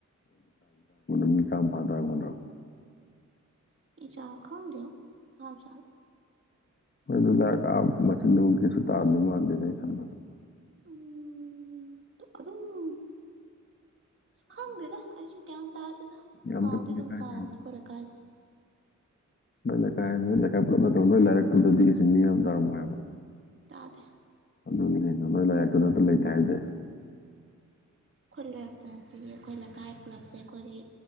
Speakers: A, on the left; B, on the right.
A: <unintelligible> ꯃꯤ ꯆꯥꯝ ꯐꯥ ꯇꯥꯔꯝꯒꯗ꯭ꯔꯣ
B: ꯃꯤꯆꯝ ꯈꯪꯗꯦ <unintelligible>
A: <unintelligible> ꯅꯨꯡ ꯀꯩꯁꯨ ꯇꯥꯔꯃꯗꯧ ꯃꯥꯟꯗꯦ ꯑꯩ ꯈꯟꯕꯗꯥ
B: ꯎꯝ ꯇꯨ ꯑꯗꯨꯝ ꯈꯪꯗꯦꯗ ꯑꯩꯁꯨ ꯒꯌ꯭ꯥꯟ ꯇꯥꯗꯦꯗ
A: ꯌꯥꯝ
B: ꯆꯥꯎꯗꯤ
A: ꯄꯤꯛꯄ
B: ꯑꯗꯨꯝ
A: ꯂꯩꯀꯥꯏꯅꯦ
B: ꯆꯥꯎꯕꯅꯦ ꯑꯩꯈꯣꯏ ꯂꯩꯀꯥꯏꯁꯦ
A: ꯅꯣꯏ ꯂꯩꯀꯥꯏ ꯅꯣꯏ ꯂꯩꯀꯥꯏ ꯄꯨꯜꯂꯞꯅ <unintelligible> ꯀꯩꯁꯨ ꯃꯤ ꯌꯥꯝ ꯇꯥꯔꯝꯃꯣꯏ ꯍꯥꯏꯕ
B: ꯇꯥꯗꯦ
A: <unintelligible> ꯂꯩꯇꯦ ꯍꯥꯏꯁꯦ
B: ꯈꯣꯏ ꯂꯩꯔꯛꯇ ꯅꯠꯇꯤꯌꯦ ꯑꯩꯈꯣꯏ ꯂꯩꯀꯥꯏ ꯄꯨꯂꯞꯁꯦ ꯑꯩꯈꯣꯏꯒꯤ